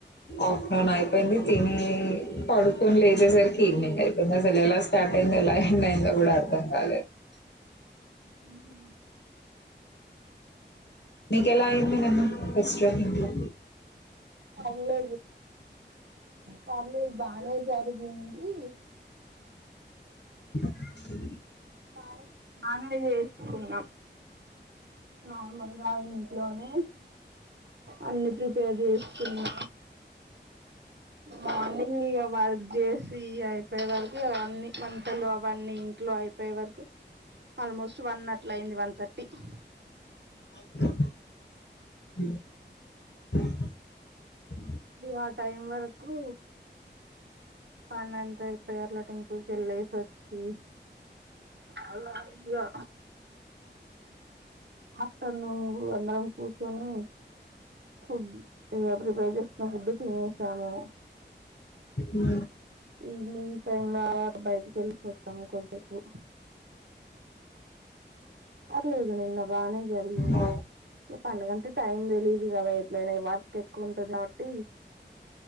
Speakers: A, on the left; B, on the right.
A: ఆఫ్టర్నూన్ అయిపోయింది తిని పడుకొని లేచేసరికి ఈవినింగ్ అయిపోయిందిో అసలు ఎలా స్టార్ట్ అయిందో ఎలా ఎండ్ అయిందో కూడా అర్ అర్థం కాలేదు <inaudible> <inaudible>
B: ఉహు
A: మీకెలా అయింది నిన్న ఫెస్టివల్ ఇంట్లో
B: ఏంలే పర్లేదు బానే జరిగింది <inaudible>
A: <inaudible>
B: బానే బానే చేసుకున్నాం నార్మల్ నా ఇంట్లోనే అన్నిీ ప్రిపేర్ చేస్తున్నా మార్నింగ్ ఇక వర్క్ చేసి అయిపోయే వరకు అ అన్నిీ వంటలు అవన్నీ ఇంట్లో అయిపోయే వరకు ఆల్మోస్ట్ వన్ అట్ల అయింది వన్ థర్టీ <inaudible>
A: <inaudible>
B: ఇది ఆ టైం వరకు పనంతా ఇప్పుడు ఏరళ టెంపుల్ ఇళ సచ్చి అలాగా ఆ న్న నువ్వు అందరం కూర్చొని ఫుడ్ ఇంకా ప్రిపేర్ చేసుకున్న ఫుడ్ తినసాము
A: ఉ
B: ఈవనింగ్ టైం బయటి తెల్స వ తమ్కు వకు పర్లేదు నిన్న బానే జరిగింది
A: ఆ,
B: ర పడుగంట టైం తెలీదు కదా ఎట్లనే వర్క్ ఎక్కువ ఉంటంది కాబట్టి